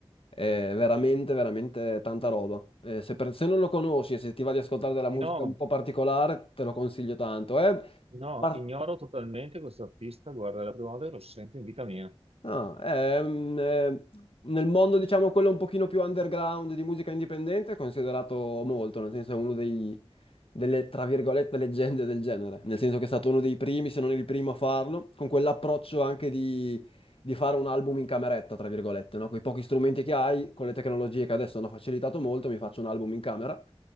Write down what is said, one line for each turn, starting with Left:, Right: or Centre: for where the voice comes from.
Left: è veramente, veramente tanta roba. Eh, se, per- se non lo conosci e se ti va di ascoltare della musica
Right: No,
Left: un po' particolare, te lo consiglio tanto. È
Right: no,
Left: par-
Right: ignoro totalmente questo artista. Guarda, è la prima volta che lo sento in vita mia.
Left: Ah, ehm, eh, nel mondo, diciamo, quello un pochino più underground di musica indipendente è considerato molto, nel senso è uno dei, delle, tra virgolette, leggende del genere, nel senso che è stato uno dei primi, se non il primo a farlo, con quell'approccio anche di, di fare un album in cameretta, tra virgolette, no? Con i pochi strumenti che hai, con le tecnologie che adesso hanno facilitato molto, mi faccio un album in camera,